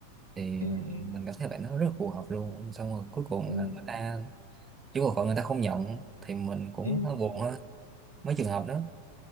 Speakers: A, on the right; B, on the left.
A: thì
B: ừ ừ
A: mình cảm thấy bạn nó rất phù hợp luôn xong rồi cuối cùng
B: ừ
A: là người ta chứ còn người ta không nhận thì mình cũng
B: ừ
A: hơi buồn ha mấy trường hợp đó